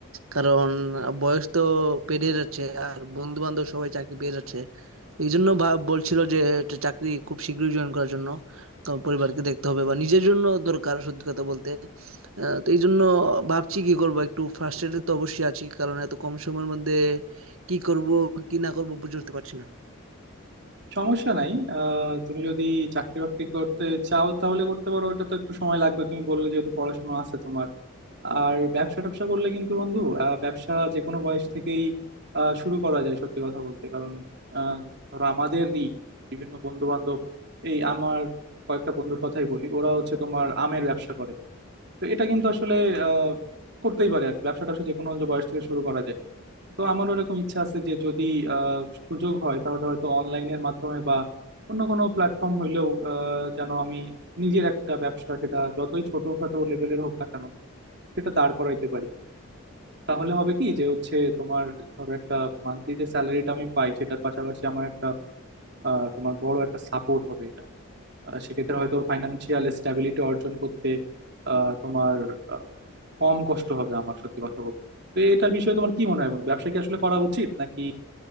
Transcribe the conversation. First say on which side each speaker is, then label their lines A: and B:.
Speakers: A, on the right; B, on the right.
A: কারণ বয়স তো পেরিয়ে যাচ্ছে আর বন্ধু-বান্ধব সবাই চাকরি পেয়ে যাচ্ছে। এইজন্য ভা বলছিল যে একটা চাকরি খুব শীঘ্রই জয়েন করার জন্য। তো পরিবারকে দেখতে হবে বা নিজের জন্য দরকার সত্যি কথা বলতে। আহ, তো এইজন্য ভাবছি কি করব একটু ফ্রাস্ট্রেটেড তো অবশ্যই আছি। কারণ এত কম সময়ের মধ্যে কি করব, কি না করব বুঝে উঠতে পারছি না।
B: সমস্যা নাই আহ, তুমি যদি চাকরি বাকরি করতে চাও তাহলে করতে পারো ওটা তো একটু সময় লাগবে তুমি বললে যেহেতু পড়াশোনা আছে তোমার আর ব্যবসা ট্যাবসা করলে কিন্তু বন্ধু আহ, ব্যবসা যে কোনো বয়স থেকেই আহ, শুরু করা যায় সত্যি কথা বলতে কারণ আহ, ধরো আমাদেরই বিভিন্ন বন্ধু বান্ধব এই আমার কয়েকটা বন্ধুর কথাই বলি ওরা হচ্ছে তোমার আমের ব্যবসা করে তো এটা কিন্তু আসলে আহ, করতেই পারে আর কি ব্যবসা ট্যাবসা যে কোনো বয়স থেকে শুরু করা যায় তো আমারও এরকম ইচ্ছা আছে যে যদি আহ, সুযোগ হয় তাহলে হয়তো অনলাইনের মাধ্যমে বা অন্য কোনো প্ল্যাটফর্ম হইলেও আহ, যেন আমি নিজের একটা ব্যবসা সেটা যতই ছোটখাটো লেভেলের হোক না কেন সেটা দাঁড় করাইতে পারি তাহলে হবে কি যে হচ্ছে তোমার ধরো একটা মান্থলি যে স্যালারিটা আমি পাই সেটার পাশাপাশি আমার একটা আহ, তোমার বড় একটা সাপোর্ট হবে এটা আহ, সেক্ষেত্রে হয়তো ফাইন্যান্সিয়াল স্ট্যাবিলিটি অর্জন করতে আহ, তোমার আহ, কম কষ্ট হবে আমার সত্যি কথা বলতে তো এটার বিষয়ে তোমার কি মনে হয় বন্ধু ব্যবসা কি আসলে করা উচিত নাকি